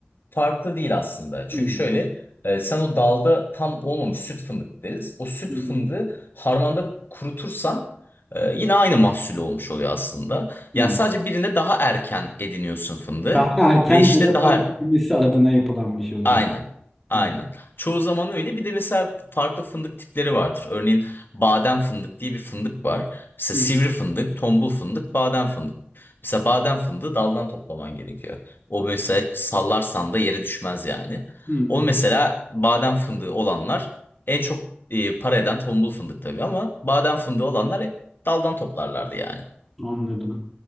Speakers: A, on the left; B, in the centre.
A: farklı değil aslında. Çünkü
B: Hı hı.
A: şöyle e, sen o dalda tam olmamış süt fındık deriz. O süt
B: Hı
A: fındığı harmanda kurutursan e, yine aynı mahsul olmuş oluyor aslında.
B: hı.
A: Yani sadece birinde daha erken ediniyorsun fındığı
B: Daha erken
A: ve işte
B: cebe para
A: daha
B: girmesi adına yapılan bir şey o
A: Aynen.
B: zaman.
A: Aynen.
B: Hı.
A: Çoğu zaman öyle. Bir de mesela farklı fındık tipleri vardır. Örneğin badem fındık diye bir fındık var. Mesela
B: Hı
A: sivri
B: hı.
A: fındık, tombul fındık, badem fındık. Mesela badem fındığı daldan toplaman gerekiyor. O mesela sallarsan da yere düşmez yani.
B: Hı.
A: O mesela badem fındığı olanlar en çok e, para eden tombul fındık tabii ama badem fındığı olanlar hep daldan toplarlardı yani.
B: Anladım.